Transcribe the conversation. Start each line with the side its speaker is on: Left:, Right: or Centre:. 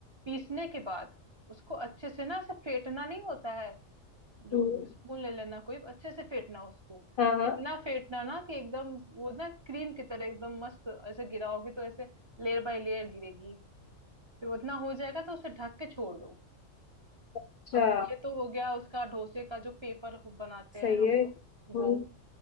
Right: पीसने के बाद उसको अच्छे से ना ऐसे फेंटना नहीं होता है जो
Left: हम्म,
Right: स्पून ले लेना कोई अच्छे से फेंटना उसको
Left: हाँ हाँ
Right: इतना फेंटना ना कि एकदम वो ना क्रीम की तरह एकदम मस्त ऐसे गिराओगे तो ऐसे लेयर बाय लेयर गिरेगी फिर उतना हो जाएगा तो उसे ढक के छोड़ दो
Left: अच्छा
Right: अब ये तो हो गया उसका डोसे का जो पेपर बनाते
Left: सही
Right: हैं हम
Left: है
Right: लोग
Left: हम्म
Right: वो